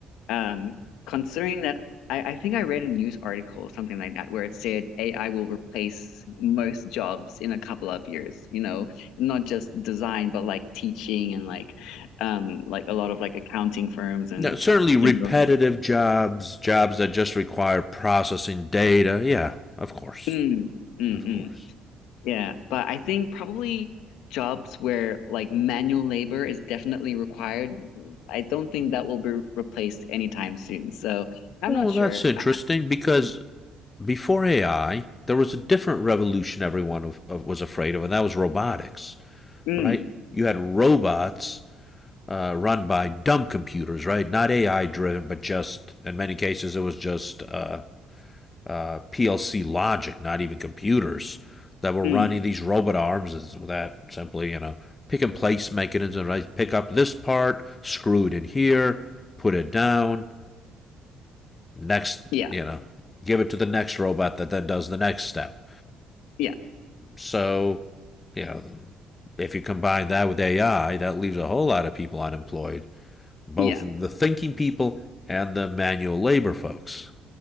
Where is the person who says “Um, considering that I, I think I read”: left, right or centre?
Left